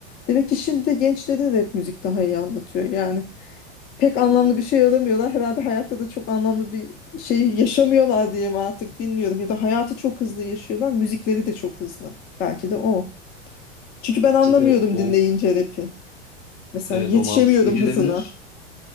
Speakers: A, on the left; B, on the left.
A: Demek ki şimdi de gençlere de hep müzik daha iyi anlatıyor. Yani pek anlamlı bir şey aramıyorlar. Herhalde hayatta da çok anlamlı bir şey yaşamıyorlar diye mi artık bilmiyorum. Ya da hayatı çok hızlı yaşıyorlar. Müzikleri de çok hızlı. Belki de o. Çünkü
B: Ya
A: ben
B: bence
A: anlamıyordum
B: de o
A: dinleyince rap'i. Mesela
B: evet
A: yetişemiyordum
B: o mantıklı gelebilir.
A: hızına.